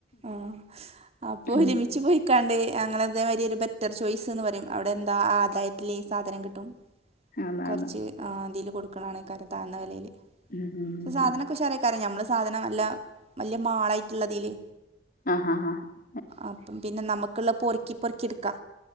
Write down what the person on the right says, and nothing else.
ആഹ് അപ്പോ
ഒരുമിച്ച് പോയി ക്കാണ്ട് ഞങ്ങള് ഇതേമാരി ഒരു ബെറ്റർ ചോയ്സ്ന്ന് പറിം അവിടെന്താ ആദായത്തില് സാധനം കിട്ടും
കൊറച്ച് ആ ഇതില് കൊട്ക്ക്ണാണെക്കാരം താന്ന വെലേല്
സാധനക്കെ ഉഷാറേ ക്കാരം ഞമ്മളെ സാധനം നല്ല മാളായിട്ട്ള്ളതില്
അപ്പം പിന്നെ നമക്ക്‌ള്ള പൊറുക്കി പൊറുക്കി ഇട്ക്കാ